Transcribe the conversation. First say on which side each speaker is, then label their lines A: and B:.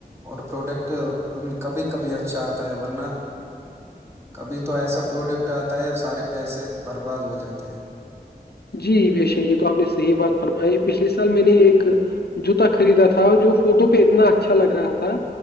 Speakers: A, on the right (about 15°); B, on the left (about 75°).
A: اور پروڈکٹ کبھی کبھی اچھا آتا ہے ورنہ کبھی تو ایسا پروڈکٹ آتا ہے سارے پیسے برباد ہو جاتے ہیں
B: جی بشا یہ تو آپ نے صحیح بات فرمائی پچھلے سال میں نے ایک جوتا خریدا تھا جو فوٹو پہ اتنا اچھا لگ رہا تھا